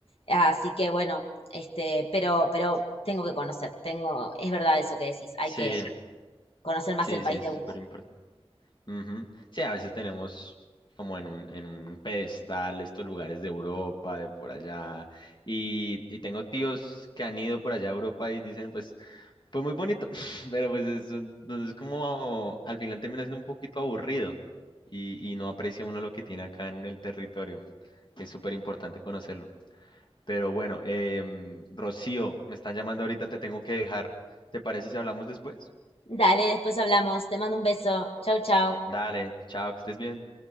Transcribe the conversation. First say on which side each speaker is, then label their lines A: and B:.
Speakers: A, on the left; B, on the left.
A: Así que bueno, este, pero, pero tengo que conocer, tengo, es verdad eso que decís, hay
B: Sí,
A: que conocer más
B: sí,
A: el país
B: sí, sí,
A: de uno.
B: súper importante. Ujú. Sí, a veces tenemos como en un, en un pedestal estos lugares de Europa, de por allá, y, y tengo tíos que han ido por allá a Europa y dicen, pues, pues muy bonito, <laughs> pero pues es, un- entonces como al final termina siendo un poquito aburrido y, y no aprecia uno lo que tiene acá en el territorio. Es súper importante conocerlo. Pero bueno, em, Rocío, me están llamando ahorita, te tengo que dejar. ¿Te parece si hablamos después?
A: Dale, después hablamos, te mando un beso, chau, chau.
B: Dale, chao, que estés bien.